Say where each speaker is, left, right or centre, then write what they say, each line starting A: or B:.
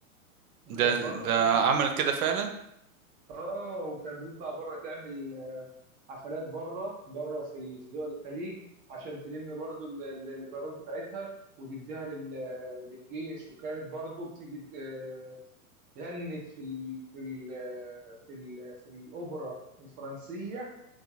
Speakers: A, on the right; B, on the right.
A: وكانت
B: ده
A: بره
B: ده
A: بتطلع
B: عملت كده فعلا
A: اه وكانت بتطلع بره تعمل حفلات بره بره في ال- في دول الخليج عشان تلم برضو ال- ال- الايرادات بتاعتها وتديها لل- للجيش وكانت برضو بتيجي ت- آه، غنت في ال في ال آه، في ال في الاوبرا الفرنسيه